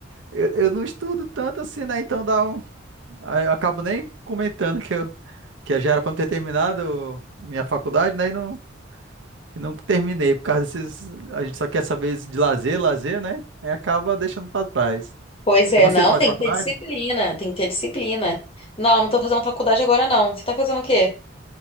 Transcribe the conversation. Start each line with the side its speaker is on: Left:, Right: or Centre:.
Right: eu, eu não estudo tanto assim, né? Então dá um. aí Eu acabo nem comentando que eu que já era pra eu ter terminado minha faculdade, né? E não, e não terminei, por causa desses. A gente só quer saber de lazer, lazer, né? Aí acaba deixando pra trás.
Left: Pois é,
Right: E você
Left: não,
Right: faz
Left: tem
Right: faculdade?
Left: que ter disciplina, tem que ter disciplina. Não, não tô fazendo faculdade agora, não. Você tá fazendo o quê?